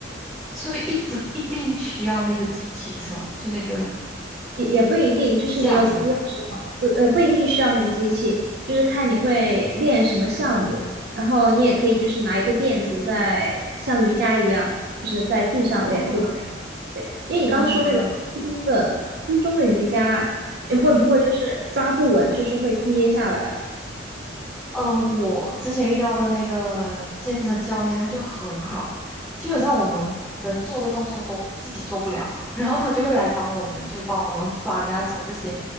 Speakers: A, in the centre; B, on the right (about 55°).
A: 所以一直一定需要那个机器是吗？就那个
B: 也也不一定，就是你有你有时候，
A: 架子。
B: 就呃，不一定需要那个机器，就是看你会练什么项目，然后你也可以就是拿一个垫子在像瑜伽一样，就是在地上练都可以。
A: 哦，
B: 对，因为你刚刚说那个空中的空中的瑜伽，
A: 原来，
B: 你会不会就是抓不稳，
A: 嗯，
B: 就是会跌下来？
A: 呃，我之前遇到的那个健身教练，他就很好，基本上我们能做的动作都自己做不了，<laughs> 然后他就会来帮我们，就是帮我们翻啊什么这些，